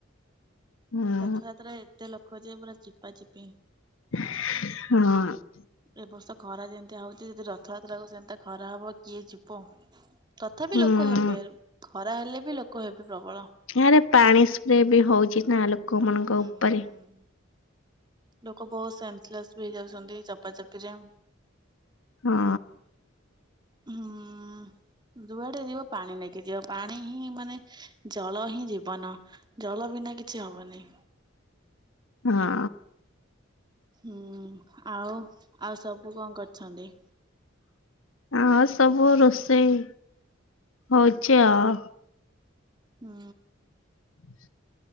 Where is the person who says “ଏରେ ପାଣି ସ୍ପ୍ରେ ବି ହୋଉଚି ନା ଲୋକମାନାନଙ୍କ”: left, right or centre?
Left